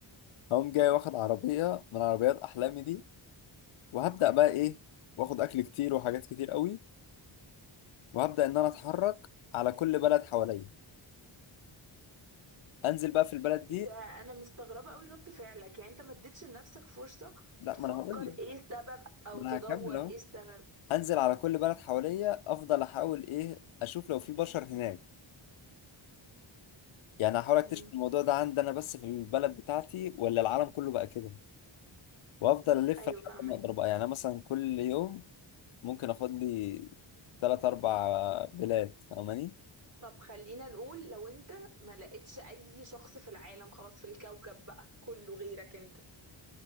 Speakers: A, on the left; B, on the right.
A: هقوم جاي واخد عربية من عربيات احلامي دي وهبدأ بقى ايه واخد اكل كتير وحاجات كتير قوي وهبدأ ان انا اتحرك على كل بلد حواليا انزل بقى في البلد دي
B: ايه ده انا مستغربه قوي رد فعلك يعني انت ما اديتش لنفسك فرصه
A: لا
B: تفكر
A: ما انا هقول لك
B: ايه السبب او
A: ما
B: تدور
A: انا هكمل اهو
B: ايه السبب
A: انزل على كل بلد حواليا افضل احاول ايه اشوف لو في بشر هناك يعني هحاول اكتشف
B: امم
A: الموضوع ده عندي انا بس في البلد بتاعتي ولا العالم كله بقى كده وافضل الف
B: ايوه
A: لحد
B: فاهمك
A: ما اقدر بقى يعني أنا مثلا كل يوم ممكن اخد لي ثلاث اربع بلاد فاهماني
B: طب خلينا نقول لو انت ما لقيتش اي شخص في العالم خلاص في الكوكب بقى كله غيرك انت